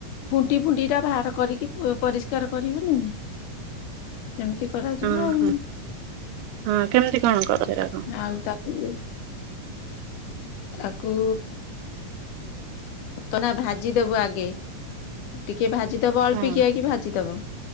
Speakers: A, on the left (about 75°); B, on the right (about 90°).
A: ଫୁଣ୍ଟି ଫୁଣ୍ଟି ରା ବାହାର କରିକି ପରିଷ୍କାର କରିବନି ନା। ସେମିତି କରାଯିବ
B: ଓହୋ
A: ଆଉ।
B: ହଁ କେମିତି କଣ କରନ୍ତି ତାକୁ?
A: ଆଉ ତାକୁ ତାକୁ ପତ ନା ଭାଜିଦବୁ ଆଗେ ଟିକେ କିଏ ଭାଜିଦବ ଅଳ୍ପିକିଆକି
B: ହଁ
A: କି ଭାଜିଦବ।